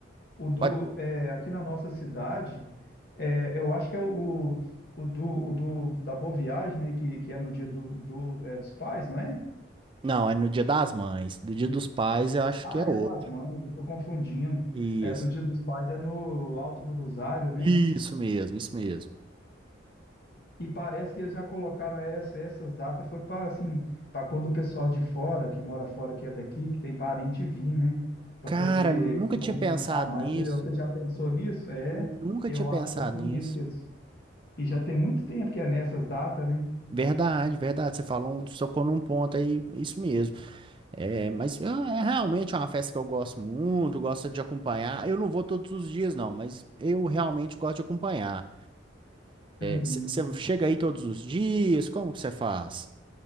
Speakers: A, on the left; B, on the right.
A: o do,
B: Pode-
A: é, aqui na nossa cidade, é, eu acho que é o, o, o do, o do, da Boa Viagem, né? Que, que é no dia do, do, é, dos pais, não é?
B: Não, é no dia das mães. Do dia dos pais, eu acho
A: Ah,
B: que é outro.
A: é das mães, eu tô confundindo.
B: Isso.
A: É do dia dos pais, é no Alto do Rosário, né?
B: Isso mesmo, isso mesmo.
A: E parece que eles já colocaram essa, essas datas, foi para assim, para quando o pessoal de fora, que mora fora, que é daqui, que tem parente vir, né? Para
B: Cara,
A: poder
B: nunca
A: movimentar
B: tinha pensado
A: mais.
B: nisso.
A: Você, você já pensou nisso? É,
B: Nunca
A: eu
B: tinha pensado
A: acho que é por
B: nisso.
A: isso que eles- E já tem muito tempo que é nessas datas, né?
B: Verdade, verdade. Você falou, um- tocou num ponto aí, isso mesmo. É, mas é é realmente uma festa que eu gosto muito, gosto de acompanhar. Eu não vou todos os dias, não, mas eu realmente gosto de acompanhar.
A: Uhum.
B: você chega aí todos os dias, como que você faz?